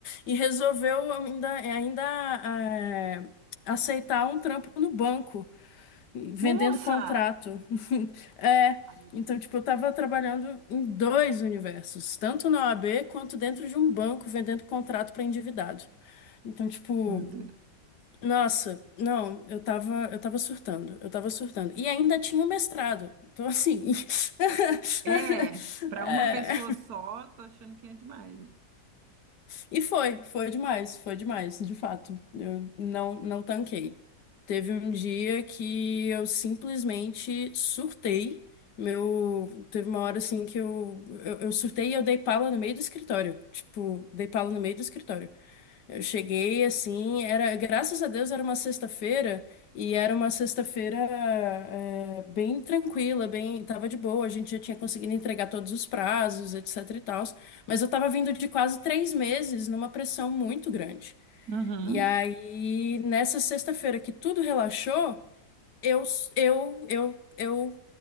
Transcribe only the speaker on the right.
Nossa!
Ai, meu
Deus.
Meu Deus.
É, para
uma pessoa só, tô achando que é demais.
Uhum.